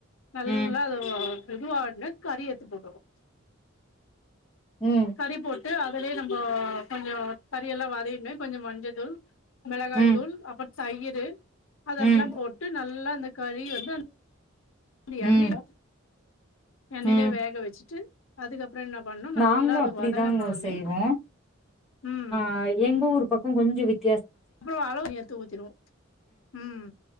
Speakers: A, on the left; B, in the centre.
A: நல்லா
B: ம்
A: கால் கிலோ கறி எடுத்து போட்டுருவோ
B: ம்
A: கறி போட்டு அதுலே நம்போ கொஞ்ச கறி எல்லாம் வதையினு கொஞ்சம் மஞ்ச தூள் மெளகாய்
B: ம்
A: தூள் அப்புற தயிரு அதெல்லா
B: ம்
A: போட்டு நல்லா அந்த கறி வந்து அ
B: ம்
A: எண்ணெய் எண்ணெய்லே
B: ம்
A: வேக வெச்சுட்டு அதுக்கப் அப்பறம் என்னா பண்ணும்
B: நாங்களு
A: நல்லா அது
B: அப்டிதாங்க
A: வதங்கனோ ஒட்னே
B: செய்வோ
A: ம்
B: ஆ எங்க ஊரு பக்கம் கொஞ்ச வித்
A: அப்றோ அளவு தண்ணி எடுத்து ஊத்திருவோம் ம்